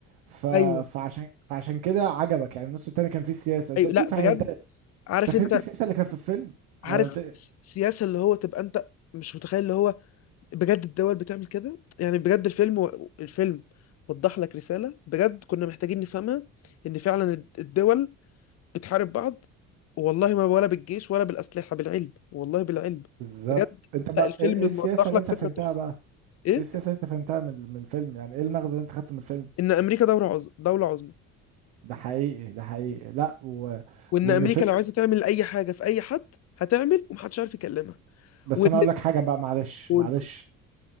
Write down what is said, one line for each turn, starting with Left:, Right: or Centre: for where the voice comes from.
Right: ف...
Left: ايوه
Right: فعشان فعشان كده عجبك يعني النص التاني كان فيه السياسه انت
Left: ايوه
Right: قلت
Left: لا
Right: لي صحيح
Left: بجد
Right: انت انت
Left: عارف انت
Right: فهمت السياسه اللي كانت في الفيلم
Left: عارف
Right: انا قلت
Left: السياسه اللي هو تبقى انت مش متخيل اللي هو بجد الدول بتعمل كده يعني بجد الفيلم و... الفيلم وضح لك رسالة بجد كنا محتاجين نفهمها ان فعلا الد- الدول بتحارب بعض والله ما ولا بالجيش ولا بالأسلحة بالعلم والله بالعلم
Right: بالظبط
Left: بجد
Right: انت بقى
Left: لا الفيلم
Right: ايه إيه السياسه
Left: موضح
Right: اللي
Left: لك
Right: انت
Left: فكرة
Right: فهمتها
Left: تحفة
Right: بقى
Left: ايه
Right: ايه السياسه اللي انت فهمتها من من الفيلم يعني ايه المغزى اللي انت خدته من الفيلم
Left: ان امريكا دولة عظمى دولة عظمى
Right: ده حقيقي ده حقيقي لا و...
Left: وان
Right: وان
Left: امريكا
Right: الفيلم
Left: لو عايزة تعمل اي حاجة في اي حد هتعمل ومحدش عارف يكلمها
Right: بس
Left: وان
Right: انا اقول لك حاجه بقى معلش
Left: تقول
Right: معلش